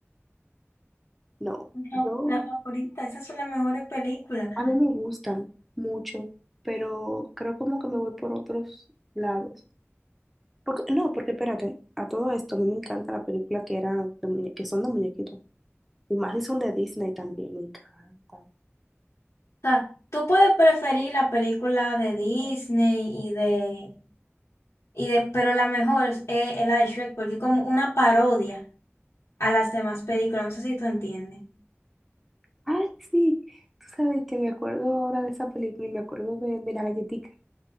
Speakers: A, in the centre; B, on the left (about 85°).
A: No,
B: no,
A: yo
B: la favorita, esas son las mejores películas. O
A: A mí me gustan mucho, pero creo como que me voy por otros lados. Porque, no, porque espérate, a todo esto a mí me encanta la película que eran de muñe- que son de muñequitos. Y más si son de Disney también, me encanta.
B: sea, tú puedes preferir la película de Disney y de, y de, pero la mejor es, es la de Shrek, porque es como una parodia a las demás películas, no sé si tú entiendes.
A: Ay, sí, tú sabes que me acuerdo ahora de esa película y me acuerdo de, de la galletica.